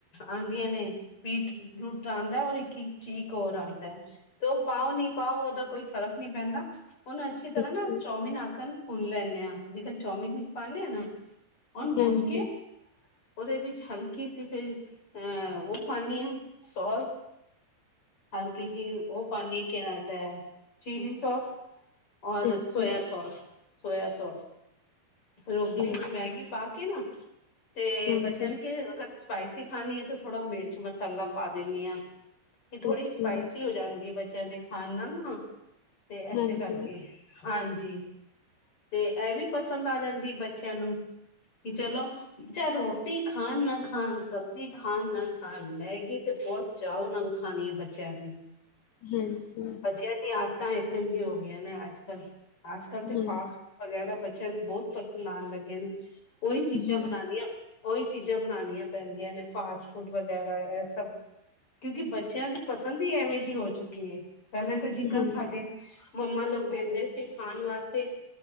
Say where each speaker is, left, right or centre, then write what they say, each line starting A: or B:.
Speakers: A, on the left; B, on the left.
A: ਆਉਂਦੀਆਂ ਨੇ। ਬੀਟ ਰੂਟ ਆਉਂਦਾ ਹੈ ਔਰ ਇੱਕ ਇੱਕ ਚੀਕ ਹੋਰ ਆਉਂਦੈ। ਤੇ <unintelligible> ਉਹ ਪਾਓ ਨਹੀਂ ਪਾਓ ਉਹਦਾ ਕੋਈ ਫ਼ਰਕ ਨਹੀਂ ਪੈਂਦਾ। ਉਹਨੂੰ ਅੱਛੀ ਤਰ੍ਹਾਂ
B: ਅੱਛਾ,
A: ਨਾ ਚੌਮਿਨ ਆਕਨ ਭੁੰਨ ਲੈਂਦੇ ਆਂ ਜੇਕਰ ਚੌਮਿਨ ਚ ਪਾਉਦੇ ਆ ਨਾ। ਉਹਣ
B: ਹਾਂਜੀ,
A: ਭੂੰਨ ਕੇ ਉਹਦੇ ਵਿੱਚ ਹਲਕੀ ਸੀ ਫਿਰ ਅ ਉਹ ਪਾਦੀ ਹਾਂ ਸੋਸ ਹਲਕੀ ਜੀ ਉ ਪਾਣੀ ਕਿ ਨਾ ਦੈ ਚੀਲੀ ਸੋਸ ਔਰ
B: ਅੱਛਾ,
A: ਸੋਇਆ ਸੋਸ ਸੋਇਆ ਸੋਸ ਿਰੋਬਲੀ
B: ਠੀਕ,
A: <unintelligible> ਮੈਗੀ ਪਾ ਕੇ ਨਾ ਤੇ
B: ਹਾਂਜੀ,
A: ਬਚਿਆਂ ਨੂੰ ਕੇ <unintelligible> ਸਪਾਈਸੀ ਖਾਣੀ ਹੈ ਤੇ ਥੋੜ੍ਹਾ ਮਿਰਚ ਮਸਾਲਾ ਪਾ ਦਿੰਦੀ ਆ। ਇਹ ਥੋੜ੍ਹੀ
B: ਅੱਛਾ,
A: ਸਪਾਈਸੀ ਹੋ ਜਾਂਦੀ ਹੈ ਬੱਚਿਆਂ ਦੇ ਖਾਣ ਨਾਲ ਨਾ ਤੇ ਇਸੇ
B: ਹਾਂਜੀ,
A: ਕਰਕੇ ਹਾਂਜੀ ਤੇ ਇਹ ਵੀ ਪਸੰਦ ਆ ਜਾਂਦੀ ਬੱਚਿਆਂ ਨੂੰ ਕਿ ਚਲੋ ਚਾਏ ਰੋਟੀ ਖਣ ਨਾ ਖਣ ਸਬਜ਼ੀ ਖਣ ਨਾਲ ਖਣ ਮੈਗੀ ਤੇ ਬਹੁਤ ਚਾਹ ਨਾਲ ਖਾਣੀ ਹੈ ਬੱਚਿਆਂ ਨੇ।
B: ਹਾਂਜੀ
A: ਬੱਚਿਆਂ ਦੀ ਆਦਤਾਂ ਇੱਕ ਜਿ ਹੋ ਗਈਆਂ ਨੇ ਅੱਜ-ਕੱਲ੍ਹ, ਅੱਜ-ਕੱਲ੍ਹ
B: ਹਾਂਜੀ,
A: ਫਾਸਟ ਵਗੈਰਾ ਬੱਚਿਆਂ ਨੂੰ ਬਹੁਤ ਪਸੰਦ ਆਉਣ ਲੱਗੇ ਨੇ ਉਹੀ ਚੀਜ਼ਾਂ
B: ਹਾਂ,
A: ਬਣਾਉਣੀਆਂ। ਉਹੀ ਚੀਜ਼ਾਂ ਬਣਾਉਣੀਆਂ ਪੈਂਦੀਆਂ ਨੇ ਫਾਸਟ ਫੂਡ ਵਗੈਰਾ ਇਹ ਸਭ ਕਿਉਂਕਿ ਬੱਚਿਆਂ ਦੀ ਪਸੰਦ ਹੀ ਐਵੇਂ ਜਿਹੀ ਹੋ ਚੁੱਕੀ ਏ ਪਹਿਲੇ ਤਾਂ ਜਿਕਨ
B: ਹਾਂਜੀ,
A: ਸਾਡੇ ਮੰਮਾ ਲੋਕ ਕਹਿੰਦੇ ਸੀ ਖਾਣ ਵਾਸਤੇ